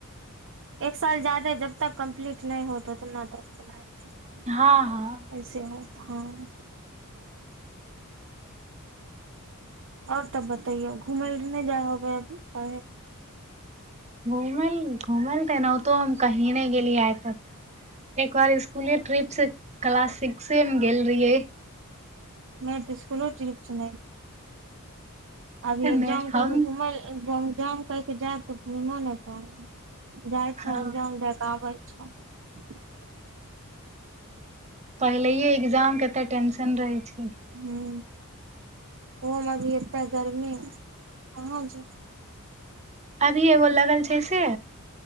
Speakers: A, on the right; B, on the right.
A: एक साल जा्यादे जब तक कम्प्लीट नहि होत उतना तो कैसे
B: हँ हँ
A: ह हँ आओर तब बताैयौ घुमै नहि जाय होबै अभी आ
B: घूमल घूमल तऽ एनाहितो हम कहीं नहि गेलिय आइ तक एक बार स्कुले ट्रिप से क्लास सिक्से मे गेल रहियै
A: मे तऽ स्कूलो ट्रप सुन अभी
B: नहि
A: एग्जाम
B: हम
A: करके घुमल जाम क के जायब तऽ घुमो नहि प जाइ
B: हँ
A: छै जम देखके आबै <unintelligible>
B: पहिलेे एग्जाम केते टेंशन रहे छै
A: हँ ओहोमे अभी एते गर्मी कहाँ जा
B: अभी एगोलाग् छै से